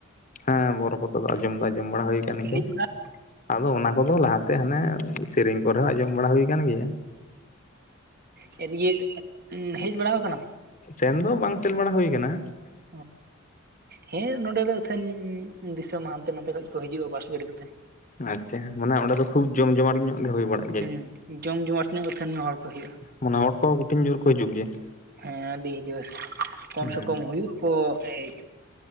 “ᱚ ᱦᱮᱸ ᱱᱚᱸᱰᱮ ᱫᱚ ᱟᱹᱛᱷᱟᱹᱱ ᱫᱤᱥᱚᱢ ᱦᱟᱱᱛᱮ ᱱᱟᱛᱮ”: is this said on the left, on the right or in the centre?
Right